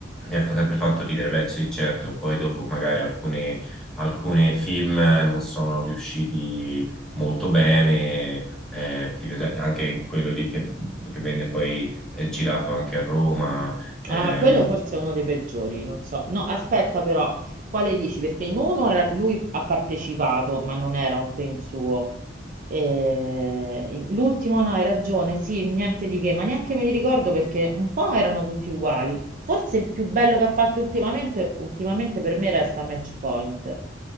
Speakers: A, in the centre; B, on the right.
A: mi ha fa- sempre fatto ridere, beh sì, certo, poi dopo magari alcune, alcune film non sono riusciti molto bene, eh, tipo es- anche quello lì che, che venne poi eh, girato anche a Roma. ehm.
B: Ah, quello forse è uno dei peggiori, non so. No, aspetta però, quale dici? Perché in uno era- lui ha partecipato, ma non era un film suo. Eh, in- l'ultimo no, hai ragione, sì, niente di che, ma neanche me li ricordo perché un po' erano tutti uguali. Forse il più bello che ha fatto ultimamente, ultimamente per me resta Match Point.